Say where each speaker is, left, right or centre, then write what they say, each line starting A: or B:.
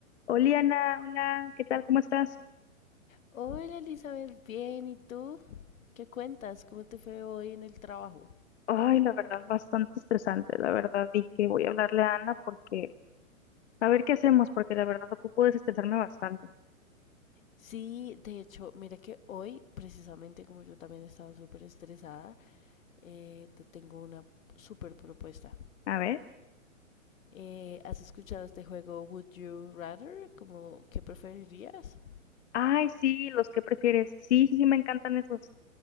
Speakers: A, on the left; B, on the left.
A: Hola Ana, hola, ¿qué tal? ¿Cómo estás?
B: Hola Elizabeth, bien, ¿y tú? ¿Qué cuentas? ¿Cómo te fue hoy en el trabajo?
A: Ay, la verdad, bastante estresante, la verdad, y que voy a hablarle a Ana porque, a ver qué hacemos, porque la verdad ocupo desestresarme bastante.
B: Sí, de hecho, mira que hoy, precisamente como yo también he estado súper estresada, eh, te tengo una súper propuesta.
A: A ver.
B: Eh, ¿has escuchado este juego Would You Rather? Como, ¿qué preferirías?
A: Ay, sí, los que prefieres. Sí, sí, sí, me encantan esos.